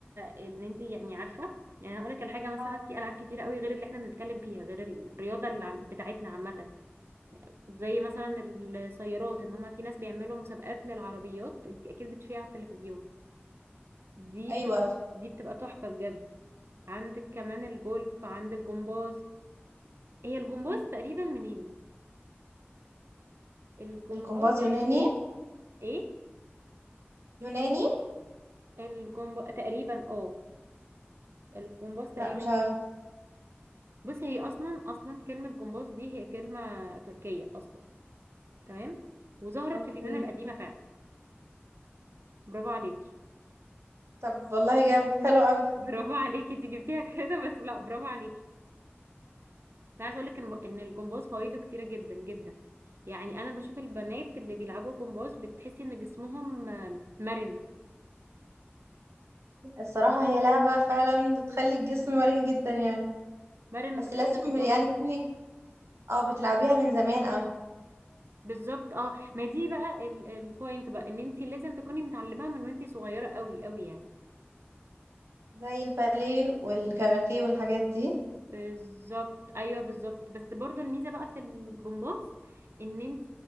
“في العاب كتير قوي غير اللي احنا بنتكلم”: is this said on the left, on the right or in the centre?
Right